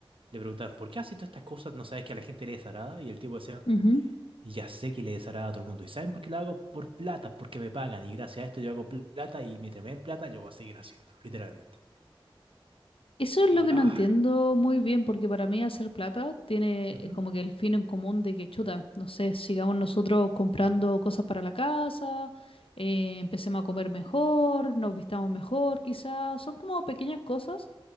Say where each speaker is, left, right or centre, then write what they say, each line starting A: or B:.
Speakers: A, on the right; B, on the left.
A: le preguntaban ¿por qué haces todas estas cosas? ¿No sabes que a la gente le desagrada? Y el tipo decía,
B: sí.
A: ya sé que le desagrada a todo el mundo. ¿Y saben por qué lo hago? Por plata, porque me pagan. Y gracias a esto yo hago pl- plata y mientras me den plata yo voy a seguir haciéndolo, literalmente.
B: Eso es
A: Y,
B: lo que
A: ah,
B: no entiendo muy bien, porque para mí hacer plata tiene
A: ujú,
B: eh, como que el fin en común de que chuta, no sé, sigamos nosotros comprando cosas para la casa, eh, empecemos a comer mejor, nos vistamos mejor, quizás, son como pequeñas cosas